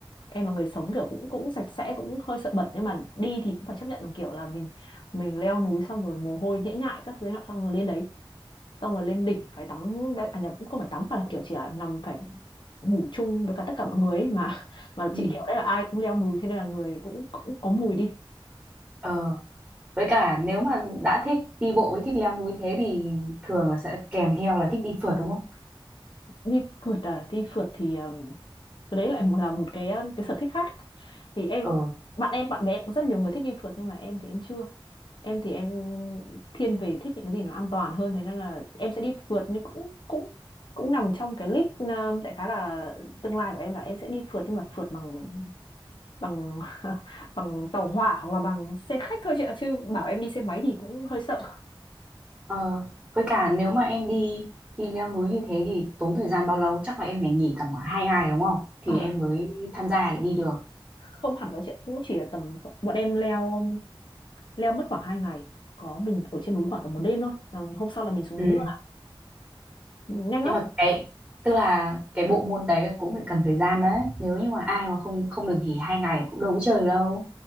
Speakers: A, on the left; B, on the right.
A: em là người sống kiểu cũng cũng sạch sẽ cũng hơi sợ bẩn nhưng mà đi thì cũng phải chấp nhận một kiểu là mình mình leo núi xong rồi mồ hôi nhễ nhại các thứ nọ xong rồi lên đấy xong rồi lên đỉnh phải tắm bé- à nhập cũng không phải tắm mà là kiểu chỉ là nằm phải ngủ chung với cả tất cả mọi người ấy mà <laughs> mà
B: ừ.
A: chị kiểu đấy là ai cũng leo núi thế nên là người cũng cũng có mùi đi
B: ờ với cả nếu mà đã thích đi bộ với thích leo núi thế thì thường là sẽ kèm theo là thích đi phượt đúng không
A: đi phượt à đi phượt thì ừm, cái đấy lại một- là một cái ờ, cái sở thích khác thì em
B: ờ
A: bạn em bạn bè cũng rất nhiều người thích đi phượt nhưng mà em thì em chưa em thì em thiên về thích những cái gì nó an toàn hơn thế nên là em sẽ đi phượt nhưng cũng cũng cũng nằm trong cái list um, đại khái là tương lai của em là em sẽ đi phượt nhưng mà phượt bằng bằng <laughs> bằng tàu hỏa hoặc là bằng xe khách thôi chị ạ chứ bảo em đi xe máy thì cũng hơi sợ
B: Ờ, với cả nếu mà em đi đi leo núi như thế thì tốn thời gian bao lâu? Chắc là em phải nghỉ tầm khoảng hai ngày đúng không? Thì
A: Ờ,
B: em mới tham gia để đi được.
A: không hẳn nói chuyện cũng chỉ là tầm khoảng- bọn em leo leo mất khoảng hai ngày có mình ở trên núi khoảng tầm một đêm thôi Ờ, hôm sau là mình xuống
B: Ừ.
A: núi luôn ạ nhanh
B: Nhưng
A: lắm
B: mà cái tức là cái bộ môn đấy cũng phải cần thời gian đấy. Nếu như mà ai mà không không được nghỉ hai ngày cũng đâu có chơi được đâu.